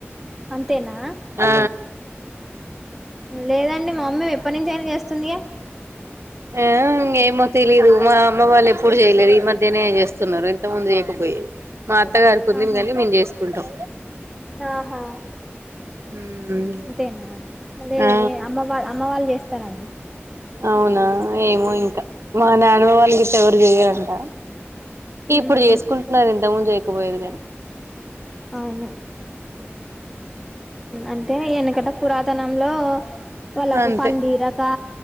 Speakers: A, in the centre; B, on the right (about 75°).
A: అంతేనా
B: ఆ
A: లేదండి మా మమ్మీ ఎప్పటి నుంచి అయినా చేస్తుంది
B: ఆ ఏమో తెలీదు మా అమ్మ వాళ్ళు ఎప్పుడు చేయలేరు ఈ మధ్యనే ఏం చేస్తున్నారు ఇంత ముందు చేయకపోయది మా అత్తగారుకుందికనీ
A: ఆహా
B: మేము చేసుకుంటాం
A: ఆహా
B: ఉమ్
A: అంతేనా లేదులే
B: ఆ
A: అమ్మ వాళ్ళ అమ్మ వాళ్ళు చేస్తారండి
B: అవునా ఏమో ఇంకా మా నాన్న వాళ్ళ గిట్ట ఎవరు చెయారంట ఇప్పుడు
A: ఉహు
B: చేసుకుంటున్నారండి ఇంతకు ముందు చేయకపోయేటి దాన్ని
A: అవును అంటే వెనక ఇక్కడ పురాతనంలో వాళ్ళలకు
B: అంతే
A: పనిదీరకా